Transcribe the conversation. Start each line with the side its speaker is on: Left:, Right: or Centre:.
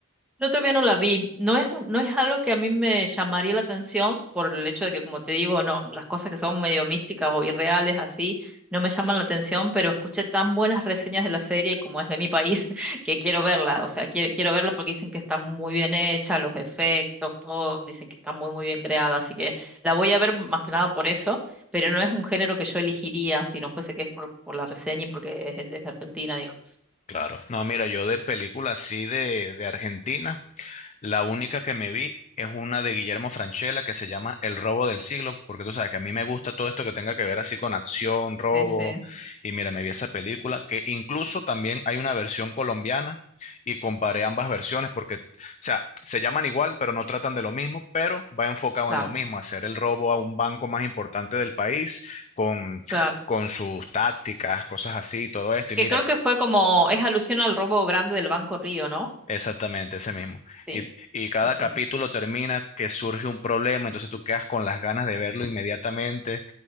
Centre: Yo todavía no la vi. No es un- no es algo que a mí me llamaría la atención por el hecho de que, como te digo, no, las cosas que son medio místicas o irreales así no me llaman la atención, pero escuché tan buenas reseñas de la serie y como es de mi país <laughs> que quiero verla. O sea, quiero, quiero verla porque dicen que está muy bien hecha, los efectos, todo, dicen que está muy muy bien creada, así que la voy a ver más que nada por eso, pero no es un género que yo elegiría si no fuese que es por, por la reseña y porque es, es de Argentina, digamos.
Left: Claro. No, mira, yo de películas así de, de Argentina. La única que me vi es una de Guillermo Francella que se llama El robo del siglo, porque tú sabes que a mí me gusta todo esto que tenga que ver así con acción, robo,
Centre: Sí, sí.
Left: y mira, me vi esa película, que incluso también hay una versión colombiana y comparé ambas versiones porque, o sea, se llaman igual, pero no tratan de lo mismo, pero va enfocado
Centre: Claro,
Left: en lo mismo, hacer el robo a un banco más importante del país con...
Centre: claro.
Left: con sus tácticas, cosas así, todo esto. Y
Centre: Que
Left: mira,
Centre: creo que fue como, es alusión al robo grande del Banco Río, ¿no?
Left: Exactamente, ese mismo.
Centre: Sí,
Left: Y, y cada
Centre: sí, sí,
Left: capítulo termina que surge un problema, entonces tú quedas con las ganas de verlo inmediatamente.